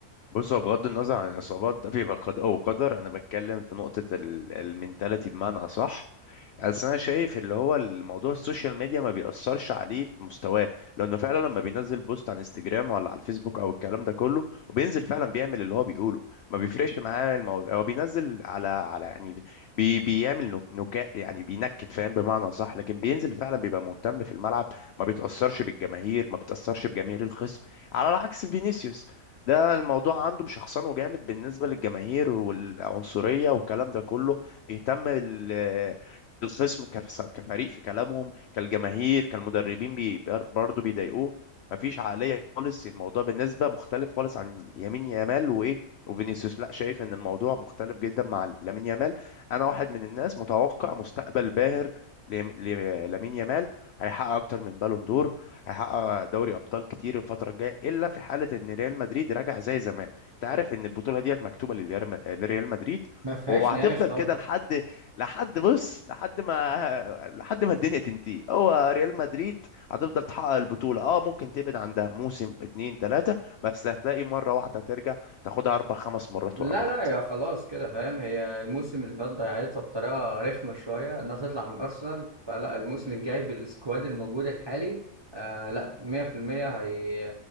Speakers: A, on the left; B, on the right.
A: بص هو بغض النظر عن الإصابات ده بيبقى قد أو قدر أنا بتكلم في نقطة ال- المنتاليتي بمعنى أصح بس أنا شايف اللي هو الموضوع السوشيال ميديا ما بيأثرش عليه في مستواه لأنه فعلا لما بينزل بوست على انستجرام ولا على الفيسبوك أو الكلام ده كله وبينزل فعلا بيعمل اللي هو بيقوله ما بيفرقش معاه الموضوع هو بينزل على على يعني بي بيعمل نك- نكاء يعني بينكت فاهم بمعنى صح لكن بينزل فعلا بيبقى مهتم في الملعب ما بيتأثرش بالجماهير ما بيتأثرش بجماهير الخصم على عكس فينيسيوس ده الموضوع عنده مشخصنه جامد بالنسبة للجماهير والعنصرية والكلام ده كله بيهتم بال- الخصم كف- كفريق في كلامهم كالجماهير كالمدربين بي- بر- برضه بيضايقوه مفيش عقلية خالص الموضوع بالنسبة مختلف خالص عن يمين يامال وإيه وفينيسيوس لا شايف ان الموضوع مختلف جدا مع لامين يامال انا واحد من الناس متوقع مستقبل باهر ليم- ليم- لامين يامال هيحقق اكتر من بالون دور هيحقق دوري ابطال كتير الفتره الجايه الا في حاله ان ريال مدريد راجع زي زمان انت عارف ان البطوله ديت مكتوبه للريال م- لريال مدريد
B: ما فيهاش
A: وهتفضل
B: نقاش طبعا
A: كده لحد لحد بص لحد ما لحد ما الدنيا تنتهي هو ريال مدريد هتفضل تحقق البطوله اه ممكن تبعد عندها موسم اتنين تلاته بس هتلاقي مره واحده ترجع تاخدها اربع خمس مرات
B: لا
A: ورا بعض
B: لا يا خلاص كده فاهم هي الموسم اللي فات ضيعتها بطريقة رخمة شوية إنها تطلع من أرسنال فلا الموسم الجاي بالسكواد الموجود الحالي آه لا 100% هي